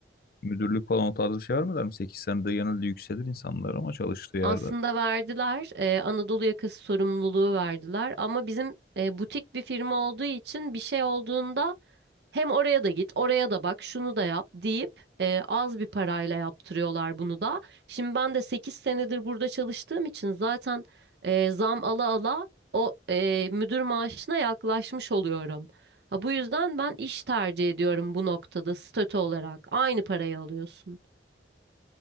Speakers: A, on the left; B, on the right.
A: müdürlük falan o tarz bir şey var der mi? sekiz senede genelde yükselir insanlar ama çalıştığı yerde.
B: Aslında verdiler, eee, Anadolu yakası sorumluluğu verdiler ama bizim eee, butik bir firma olduğu için bir şey olduğunda Hem oraya da git, oraya da bak, şunu da yap deyip e, az bir parayla yaptırıyorlar bunu da. Şimdi ben de 8 senedir burada çalıştığım için zaten e, zam ala ala o e, müdür maaşına yaklaşmış oluyorum. Ha, bu yüzden ben iş tercih ediyorum bu noktada statü olarak. Aynı parayı alıyorsun.